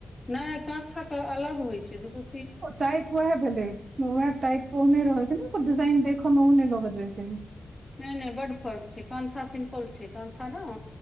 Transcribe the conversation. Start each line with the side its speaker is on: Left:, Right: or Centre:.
Centre: नय कंठक अलग होइ छै दूसु
Right: ओ टाइप वैह भेलै वैह टाइप ओहने रहे छै नऽ ओकर डिजाइन देखे मऽ ओहने लगैत रहे छै।
Centre: नय नय बड्ड फर्क छै कंठा सिम्पल छै कंठा नऽ